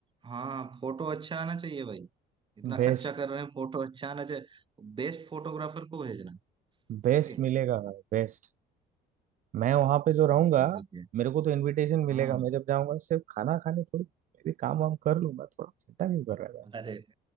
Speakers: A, on the right; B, on the right.
A: हाँ फोटो अच्छा आना चाहिए भाई इतना
B: बेस्ट
A: खर्चा कर रहे हैं फोटो अच्छा आना चाहिए बेस्ट फोटोग्राफर को भेजना
B: बेस्ट
A: ठीक है
B: मिलेगा भाई बेस्ट मैं वहां पे जो रहूंगा
A: ओके ओके
B: मेरे को तो इनविटेशन मिलेगा
A: हाँ
B: मैं जब जाऊंगा सिर्फ खाना खाने थोड़ी मैं भी काम वाम कर लूंगा थोड़ा चिंता क्यों कर रहा
A: अरे